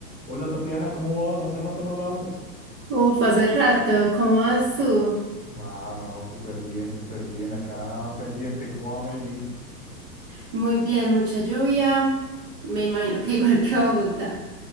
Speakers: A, on the left (about 15°); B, on the right (about 35°).
A: Hola Tatiana, ¿cómo vas? Hace rato no hablamos.
B: Uf, hace rato, ¿cómo vas tú?
A: Ah, no, súper bien, súper bien. Acá pendiente, ¿cómo va Medellín?
B: Muy bien, mucha lluvia. Me imagino que <laughs> igual que Bogotá.